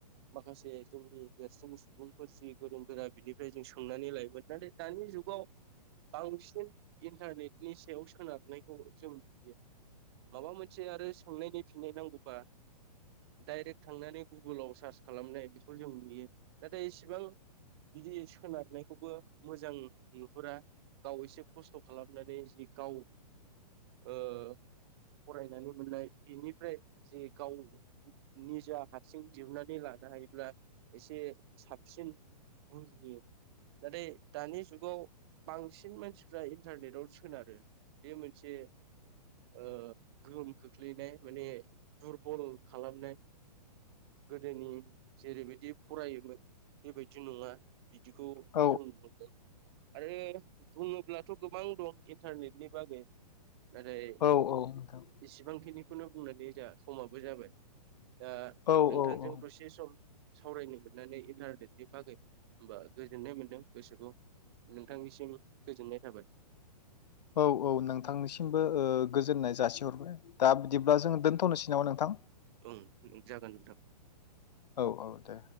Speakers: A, on the right (about 35°); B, on the left (about 80°).
A: माखासे जोंनि देरसिन सुबुंफोर जि गोरों गोरा बिनिफ्राय जों सोंनानै लायोमोन। नाथाय दानि जुगाव बांसिन इन्टारनेटनि सायाव सोनारनायखौ जों नुयो माबा मोनसे आरो सोंनायनि फिननाय नांगौ डाइरेक थांनानै गुगलाव सार्च खालामनाय बेखौ जों नुयो नाथाय इसेबां बिदि सोनारनायखौबो मोजां नुहुरा गाव एसे खस्थ खालामनानै जि गाव ओ फरायनानै मोननाय बेनिफ्राय एगाव निजा हारसिं दिहुननानै लानो हायोब्ला एसे साबसिन बुजियो नाथाय दानि जुगाव बांसिन मानसिफ्रा इन्टारनेटआव सोनारो बे मोनसे ओ गोहोम खोख्लैनाय माने दुरबल खालामनाय गोदोनि जेरैबायदि फरायोमोन बेबायदि नङा बिदिखौ
B: औ
A: जों नुहरदों आरो बुङोब्लाथ' गोबां दं इन्टारनेटनि बागै नाथाय
B: औ औ नोंथां
A: एसेबांखिनि खौनो बुंनानै जास समाबो जाबाय दा
B: औ
A: नोंथांजों
B: औ औ
A: दसे सम सावरायनो मोननानै इन्टारनेटनि बागै होमबा गोजोननाय मोन्दों गोसोखौ नोंथांनिसिम गोजोननाय थाबाय।
B: औ औ नोंथांनिसिमबो ओ गोजोननाय जासिहरबाय दा बिदिब्ला जों दोनथनोसै नामा नोंथां?
A: ओं जागोन नोंथां।
B: औ-औ दे